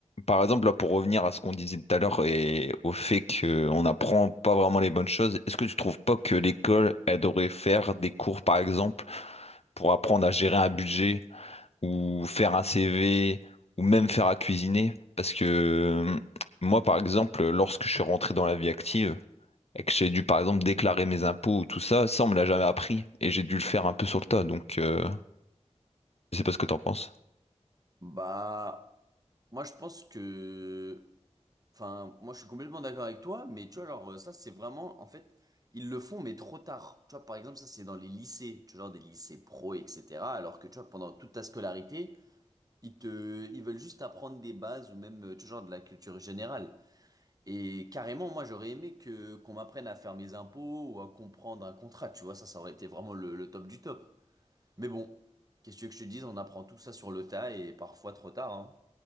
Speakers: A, on the left; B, on the right.
A: par exemple, là, pour revenir à ce qu'on disait tout à l'heure et au fait qu'on n'apprend pas vraiment les bonnes choses, est-ce que tu trouves pas que l'école, elle devrait faire des cours, par exemple, pour apprendre à gérer un budget ou faire un CV ou même faire à cuisiner? Parce que hum, moi, par exemple, lorsque je suis rentré dans la vie active et que j'ai dû, par exemple, déclarer mes impôts ou tout ça, ça, on me l'a jamais appris et j'ai dû le faire un peu sur le tas. Donc, euh, je sais pas ce que t'en penses.
B: Bah, moi, je pense que Enfin, moi je suis complètement d'accord avec toi, mais tu vois, genre, euh, ça c'est vraiment, en fait, ils le font, mais trop tard. Tu vois, par exemple, ça c'est dans les lycées, tu vois, genre des lycées pro, etc. Alors que tu vois, pendant toute ta scolarité, ils te, ils veulent juste apprendre des bases ou même, euh, tu vois, genre de la culture générale. Et carrément, moi j'aurais aimé que, qu'on m'apprenne à faire mes impôts ou à comprendre un contrat, tu vois, ça, ça aurait été vraiment le, le top du top. Mais bon, qu'est-ce que tu veux que je te dise, on apprend tout ça sur le tas et parfois trop tard, hein.